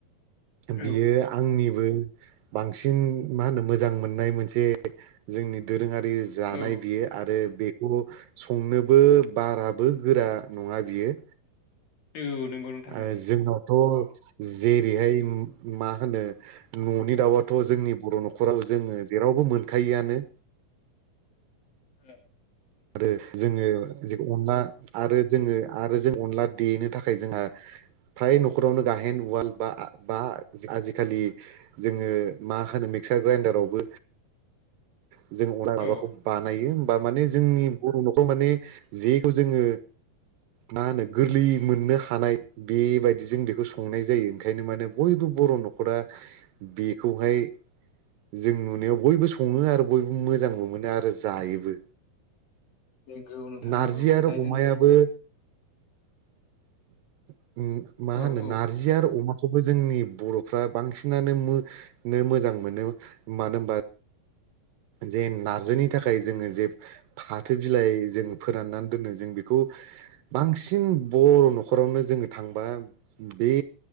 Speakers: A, on the right; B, on the left.
A: बियो
B: औ
A: आंनि बांसिन मा होनो मोजां मोननाय मोनसे जोंनि दोरोङारि जानाय
B: औ
A: बियो आरो बेखौ संनोबो बाराबो गोरा नङा बियो।
B: औ नंगौ नोंथां
A: आरो
B: नांगौ
A: जोंनावथ'
B: औ‌।
A: जेरैहाय मा होनो न'नि
B: औ
A: दाउआथ' जोंनि बर' न'खराव जोङो जेरावबो मोनखायोआनो।
B: औ।
A: आरो जोङो। अनला आरो जोङो आरो जों अनला देनो थाखाय जोंहा फ्राय न'खरावनो गाहेन उवाल बा बा आजिखालि जोङो मा होनो बे मिक्सार ग्राइन्डारावबो <inaudible> जों अनला माबाखौ
B: औ
A: बानायो। बा माने ज जोंनि बर' न'खराव माने जेखौ जोङो मा होनो गोरलै मोननो हानाय बेबायदि जों बेखौ संनाय जायो ओंखायनो माने बयबो बर' न'खरा बेखौहाय जों नुनायाव बयबो सङो आरो बयबो मोजांबो मोनो आरो जायोबो।
B: नंगौ नोंथां
A: नारजि
B: नंगौ
A: आरो
B: दा
A: अमायाबो
B: जोंहा
A: <inaudible> ओह मा
B: औ
A: होनो
B: औ
A: नारजि आरो अमा खौबो जोंनि बर'फ्रा बांसिनानो मो मोजां मोनो मानो होमबा जे नार्जिनि थाखाय जोङो जे फाथो बिलाइ जों फोराननानै दोनो जों बेखौ बांसिन बर' न'खरावनो जोङो थांबा बे